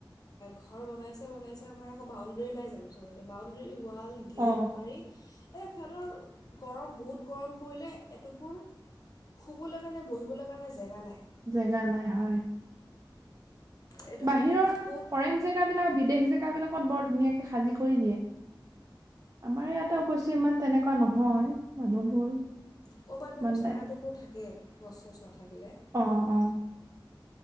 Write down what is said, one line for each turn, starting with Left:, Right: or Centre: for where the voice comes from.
Left: ঘৰ বনাইছে-বনাইছে আমাৰ আকৌ বাউণ্ডেৰী নাই জানোঁ চবতে বাউণ্ডৰী ৱাল, গেট
Right: অ
Left: মাৰি এহ সিহঁতৰ, গৰম বহুত গৰম পৰিলে এটুকুৰ, শুবলে কাৰণে বহিবলে কাৰণে জেগা জেগা নাই।
Right: জেগা নাই হয়।
Left: এইটো
Right: বাহিৰৰ,
Left: এইবিলাক বহুত
Right: ফ'ৰেন জেগাবিলাক বিদেশ জেগাবিলাক <unintelligible> বৰ ধুনীয়াকে সাজি কৰি দিয়ে, আমাৰ ইয়াতে অবশ্যে ইমান তেনেকুৱা নহয়। মানুহবোৰ
Left: ক'ৰবাত জানো
Right: ইমান
Left: চা
Right: দায়
Left: এদুকুৰ থাকে, গচ চচ নাথাকিলে।
Right: অ অ